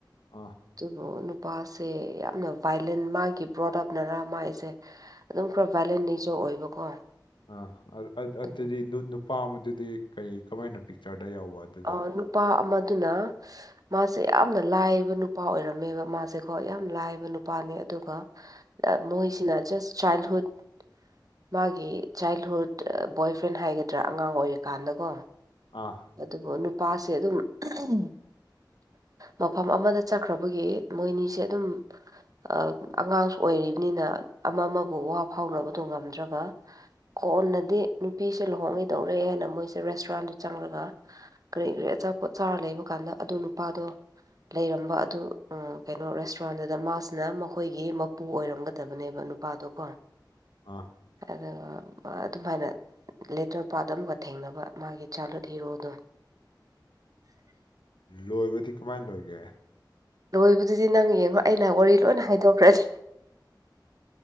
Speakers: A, on the left; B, on the right.
A: ꯑꯥ
B: ꯇꯨꯕꯨ ꯅꯨꯄꯥꯁꯦ ꯌꯥꯝꯅ ꯚꯥꯏꯂꯦꯟ ꯃꯥꯒꯤ ꯄ꯭ꯔꯣꯗꯛ ꯅꯔꯥ ꯃꯥꯏꯁꯦ ꯑꯗꯨꯝ ꯈꯔ ꯚꯥꯏꯂꯦꯟ ꯅꯦꯆꯔ ꯑꯣꯏꯕꯀꯣ
A: ꯑ ꯑꯜ ꯑ ꯑ
B: ꯑꯗꯨꯕꯨ
A: ꯑꯗꯨꯗꯤ ꯅꯨ ꯅꯨꯄꯥ ꯑꯃꯗꯨꯗꯤ ꯀꯩ ꯀꯃꯥꯏꯅ ꯄꯤꯛꯆꯔꯗ ꯌꯥꯎꯕ ꯑꯗꯨꯗ
B: ꯑ ꯅꯨꯄꯥ ꯑꯃꯗꯨꯅ ꯃꯥꯁꯦ ꯌꯥꯝꯅ ꯂꯥꯏꯕ ꯅꯨꯄꯥ ꯑꯣꯏꯔꯝꯃꯦꯕ ꯃꯥꯁꯦꯀꯣ ꯌꯥꯝ ꯂꯥꯏꯕ ꯅꯨꯄꯥꯅꯦ ꯑꯗꯨꯒ ꯇ ꯃꯣꯏꯁꯤꯅ ꯖꯁ ꯆꯥꯏꯜꯍꯨꯗ ꯃꯥꯒꯤ ꯆꯥꯏꯜꯍꯨꯗ ꯑ ꯕꯣꯏꯐ꯭ꯔꯦꯟ ꯍꯥꯏꯒꯗ꯭ꯔꯥ ꯑꯉꯥꯡ ꯑꯣꯏꯔꯤꯀꯥꯟꯗꯀꯣ
A: ꯑꯥ
B: ꯑꯗꯨꯕꯨ ꯅꯨꯄꯥꯁꯦ ꯑꯗꯨꯝ <unintelligible> ꯃꯐꯝ ꯑꯃꯗ ꯆꯠꯈ꯭ꯔꯕꯒꯤ ꯃꯣꯏꯅꯤꯁꯦ ꯑꯗꯨꯝ ꯑ ꯑꯉꯥꯡꯁꯨ ꯑꯣꯏꯔꯤꯝꯅꯤꯅ ꯑꯃ ꯃꯕꯨ ꯋꯥ ꯐꯥꯎꯅꯕꯗꯣ ꯉꯝꯗ꯭ꯔꯒ ꯀꯣꯟꯅꯗꯤ ꯅꯨꯄꯤꯁꯦ ꯂꯨꯍꯣꯡꯉꯤꯗꯧꯔꯦ ꯍꯥꯏꯅ ꯃꯣꯏꯁꯦ ꯔꯦꯁꯇꯨꯔꯥꯟꯗ ꯆꯪꯂ ꯕ ꯀ꯭ꯔꯤ ꯀ꯭ꯔꯤ ꯑꯆꯥꯄꯣꯠ ꯆꯥꯔ ꯂꯩꯕ ꯀꯥꯟꯗ ꯑꯗꯨ ꯅꯨꯄꯥꯗꯣ ꯂꯩꯔꯝꯕ ꯑꯗꯨ ꯑ ꯀꯩꯅꯣ ꯔꯦꯁꯇꯨꯔꯥꯟꯗꯨꯗ ꯃꯥꯁꯤꯅ ꯃꯈꯣꯏꯒꯤ ꯃꯄꯨ ꯑꯣꯏꯔꯝꯒꯗꯕꯅꯦꯕ ꯄꯥꯗꯣꯀꯣ
A: ꯑꯥ
B: ꯑꯗꯨꯒ ꯑꯗꯨꯝꯍꯥꯏꯅ ꯂꯦꯇ꯭ꯔ ꯄꯥꯠ ꯑꯃꯒ ꯊꯦꯡꯅꯕ ꯃꯥꯒꯤ ꯆꯥꯏꯜꯍꯨꯗ ꯊꯤꯔꯣꯗꯣ
A: ꯂꯣꯏꯕꯗꯤ ꯀꯃꯥꯏꯅ ꯂꯣꯏꯒꯦ
B: ꯂꯣꯏꯕꯗꯨꯗꯤ ꯅꯪ ꯌꯦꯡꯉꯣ ꯑꯩꯅ ꯋꯥꯔꯤ ꯂꯣꯏꯅ ꯍꯥꯏꯗꯣꯛꯈ꯭ꯔꯗꯤ